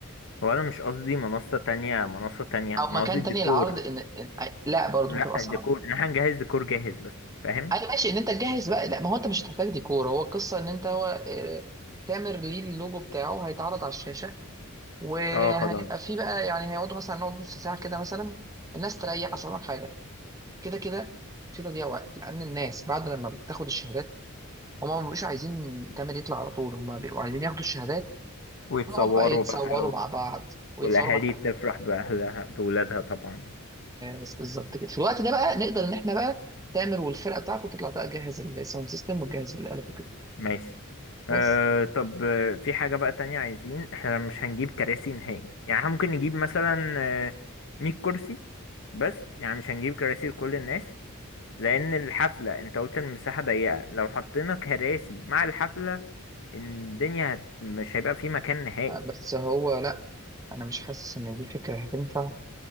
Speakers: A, on the left; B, on the right.
A: هو انا مش قصدي منصة تانية منصة تانية
B: او
A: انا
B: مكان
A: قصدي الديكور
B: تاني العرض ان إن- لا برضه
A: لا
B: هتبقى صعب
A: الديكور ان احنا نجهز ديكور جاهز بس فاهم
B: ايوه ماشي ان انت تجهز بقى لا ما هو انت مش هتحتاج ديكور هو القصه ان انت هو آه، تامر ليه اللوجو بتاعه هيتعرض على الشاشه وهيبقى
A: اه خلاص
B: فيه بقى يعني هيقعدوا مثلا نقعد نص ساعه كده مثلا الناس تريح اصل أقول لك حاجه كده كده في تضييع وقت لان الناس بعد لما بتاخد الشهادات هما ما بيبقوش عايزين تامر يطلع على طول هما بيبقوا عايزين ياخدوا الشهادات
A: ويتصوروا
B: ويقعدوا بقى يتصوروا
A: بقى
B: مع بعض ويتصوروا
A: والأهالي
B: مع
A: تفرح بأهلها بولادها طبعا
B: بس بالظبط كده في الوقت ده بقى نقدر ان احنا بقى تامر والفرقه بتاعته تطلع بقى تجهز الساوند سيستم وتجهز الالات وكده
A: ماشي
B: بس
A: أه طب آه، في حاجة بقى تانية عايزين احنا مش هنجيب كراسي نهائي يعني احنا ممكن نجيب مثلا آه، 100 كرسي بس يعني مش هنجيب كراسي لكل الناس لأن الحفلة انت قلت المساحة ضيقة لو حطينا كراسي مع الحفلة الدنيا هت... مش هيبقى في مكان نهائي
B: آه، بس هو لا انا مش حاسس ان دي فكره هتنفع